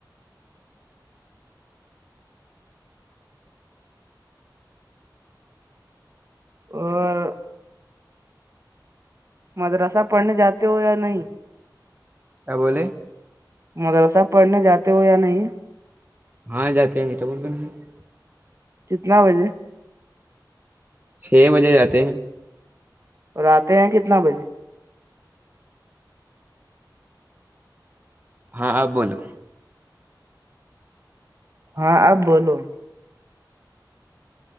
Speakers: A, on the right; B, on the right.
A: اور مدراسہ پڑھنے جاتے ہو یا نہیں
B: کیا بولے
A: مدرسہ پڑھنے جاتے ہو یا نہیں
B: ہاں جاتے ہیں <unintelligible>
A: کتنا بجے
B: چھ بجے جاتے ہیں
A: اور آتے ہیں کتنا بجے
B: ہاں آپ بولو
A: ہاں اب بولو